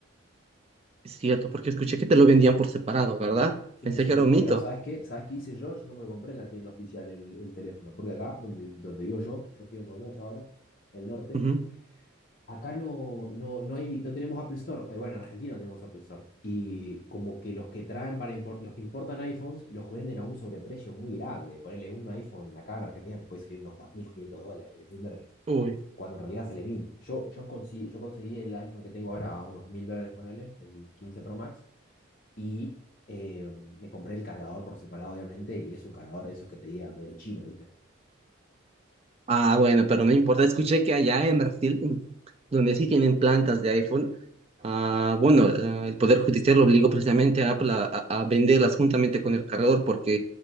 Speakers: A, on the right; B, on the left.
A: Es cierto, porque escuché que te lo vendían por separado, ¿verdad?
B: Sí,
A: Pensé
B: sí,
A: que
B: sí.
A: era un mito.
B: Pero ¿sabes qué? ¿Sabes qué hice yo? Yo no me compré en la tienda oficial el, el teléfono. Porque acá, donde, donde vivo yo, yo estoy en Formosa ahora, el norte.
A: Ujú.
B: Acá no, no, no hay, no tenemos Apple Store. Eh, bueno, en Argentina no tenemos Apple Store. Y como que los que traen para impor- los que importan iPhones los venden a un sobreprecio muy grande. Ponerle un iPhone acá en Argentina te puede salir unos 2.500 dólares, 3.000 dólares.
A: Uy.
B: Cuando en realidad sale mil Yo, yo, conseguí, yo conseguí el iPhone que tengo ahora a unos 1.000 dólares, ponele, el 15 Pro Max. Y eh, me compré el cargador por separado, obviamente. Y es un cargador de esos que te diga medio chino, ¿viste?
A: Ah, bueno, pero no importa. Escuché que allá en Brasil, mm, donde sí tienen plantas de iPhone, ah, bueno, ah, el Poder Judicial obligó precisamente a Apple a, a- a venderlas juntamente con el cargador porque